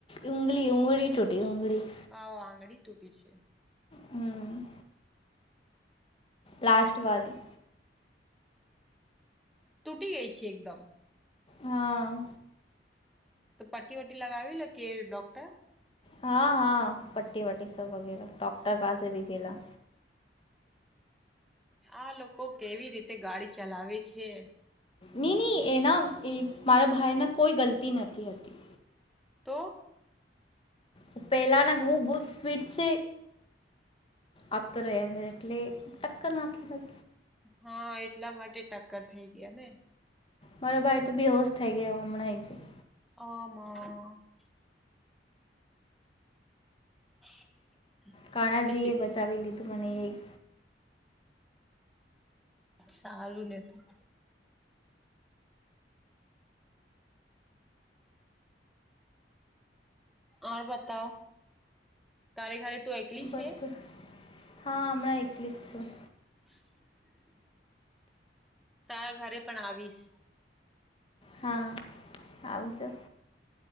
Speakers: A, on the left; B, in the centre.
A: ઉંગલીી ઉંગળી ટોટે ઉંગલીી
B: હ આંગળી તૂટી છે
A: હમ લાસ્ટ વાડી
B: તૂટી ગઈ છે એકદમ
A: હા
B: તો પ્ટી વટી લગાવી લે કે ડોક્ટર
A: હા હા પ્ટી વ્ટટી સબ વગેરે ડોક્ટર પાસે ભી ગેલા
B: આ લોકો કેવી રીતે ગાડી ચલાવે છે
A: નહી નહી એના એ મારા ભાઈના કોઈ ગલતી નથી હતી
B: તો
A: પપ એલાના હું બુ સ્વીટસ આપતો રહ્યા છે એટલે ટક્કર ના આપી
B: હા એટલા માટે ટક્કર થઈ ગયા ને
A: મારો ભાઈ તો બેહોશ થઈ ગયા હમણાં એ
B: આમાં <inaudible>
A: કાણાજી
B: તો
A: એ બચાવી લીધું મને એક
B: સારું ને તોું ઓર બતાવ તારે ઘરે તું એકલી છે
A: બધું હા હમણાં કલી જ છેું
B: <inaudible> તારા ઘરે પણ આવીશ
A: હા આવજો